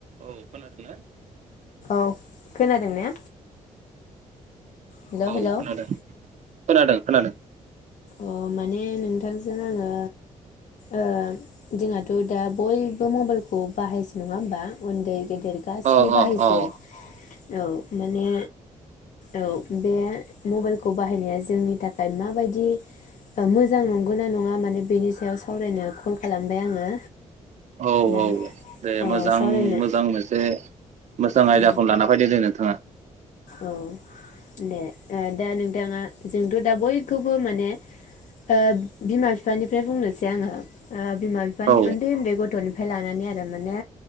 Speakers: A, on the right; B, on the left.
A: औ खोनादोंना?
B: औ खोनादों ना? हेलौ
A: औ
B: हेलौ
A: खोनादों
B: अ
A: खोनादों खोनादों
B: अ माने नोंथांजों आङो ओ जोंहाथ' दा बयबो मबाइलखौ बाहायसो नङा होमबा उन्दै गे दिर गासिबो
A: अ
B: बाहायसै
A: अ अ
B: औ माने औ बे मबाइलखौ बाहायनाया जोंनि थाखाय माबायदि मोजां नंगौ ना नङा माने बेनि सायाव सावरायनो कल खालामबाय आङो
A: औ
B: दा
A: औ दे
B: औ
A: मोजां-मोजां
B: सावरायनो
A: मोनसे मोजां
B: औ
A: आयदाखौनो लाना फायदों दे नोंथाङा
B: औ दे दा नोंथाङा जोंथ' दा बयखौबो माने ओ बिमा बिफानिफ्राय बुंनोसै आङो। ओ बिमा बिफानि
A: औ
B: उन्दै-उन्दै ग गथ'निफाय लानानै आरो माने।